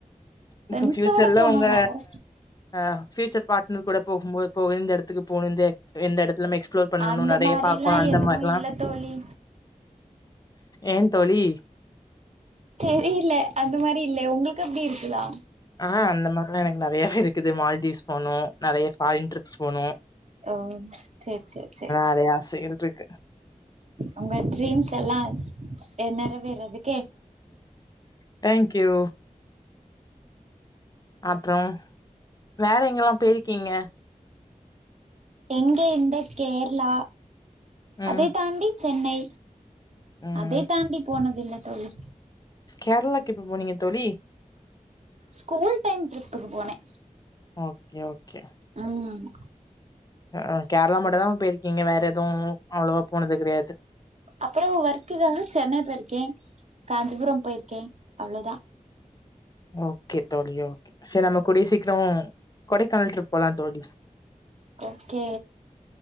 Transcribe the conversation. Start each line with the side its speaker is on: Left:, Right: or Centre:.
Right: ஃப்ரெண்ட்ஸோட
Left: இப்ப ஃபியூச்சர்ல
Right: போனு
Left: உங்க
Right: வேற
Left: அ ஃபியூச்சர் பாட்னர் கூட போகும்போது போக இந்த இடத்துக்கு போணும் இந்த எந்த இடத்துல எக்ஸ்ப்ளோர் பண்ணணும்
Right: அந்த
Left: நிறைய
Right: மாரில்லா
Left: பாக்கணும் அந்த
Right: எதுவு
Left: மாரில்லா
Right: இல்ல தோழி
Left: ஏ தோழி
Right: தெரியில அந்த மாரி இல்லே உங்களுக்கு அப்டி இருக்குதா
Left: ஆ அந்த மாரி ல்லாம் எனக்கு நெறையாவே இருக்குது மால்தீவ்ஸ் போணும் நெறய ஃபாரின் ட்ரிப் போணும்
Right: ஓ செர் செர் செரி
Left: நெறைய ஆசைகள் இருக்கு.
Right: உங்க ட்ரீம்ஸ் எல்லா எ நெறவேர்றதுக்
Left: தேங்க்யூ அப்றம் வேற எங்கெல்லா பேய்ருக்கீங்க
Right: எங்க இந்த கேர்ளா
Left: ம்
Right: அதே தாண்டி சென்னை
Left: ம்
Right: அதே தாண்டி போனத் இல்ல தோழி
Left: கேரளாக்கு எப்ப போனீங்க தோழி
Right: ஸ்கூல் டைம் ட்ரிப்புக்கு போனே
Left: ஓகே ஓகே
Right: ம்
Left: அ கேரளா மட்டும் தா போயிருக்கீங்க வேற எதுவு அவ்வளவா போனது கிடையாது.
Right: அப்பறம் ஒர்க்கக்காக சென்னை போயிருக்கே காஞ்சிபுரம் போயிருக்கே. அவ்வளவுதா
Left: ஓகே தோழி ஓகே சரி நம்ம கூடிய சீக்கிரம் கொடைக்கானல் ட்ரிப் போலாம் தோழி
Right: ஓகே